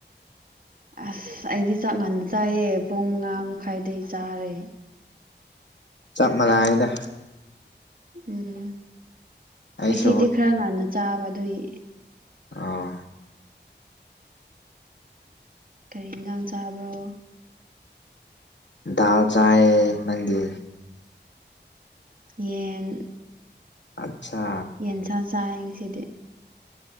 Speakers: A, on the right; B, on the left.
A: ꯑꯁ ꯑꯩꯗꯤ ꯆꯥꯛ ꯉꯟꯅ ꯆꯥꯏꯌꯦ ꯄꯨꯡ ꯃꯉꯥ ꯃꯈꯥꯏꯗꯩ ꯆꯥꯔꯦ
B: ꯆꯞ ꯃꯥꯟꯅꯥꯏꯗ
A: ꯎꯝ
B: ꯑꯩꯁꯨ
A: ꯉꯁꯤꯗꯤ ꯈꯔ ꯉꯟꯅ ꯆꯥꯕ ꯑꯗꯨꯏ
B: ꯑꯣ
A: ꯀꯔꯤ ꯏꯟꯖꯥꯡ ꯆꯥꯕ꯭ꯔꯣ
B: ꯗꯥꯜ ꯆꯥꯌꯦ ꯅꯪꯗꯤ
A: ꯌꯦꯟ
B: ꯑꯠꯁꯥ
A: ꯌꯦꯟꯁꯥ ꯆꯥꯏ ꯉꯁꯤꯗꯤ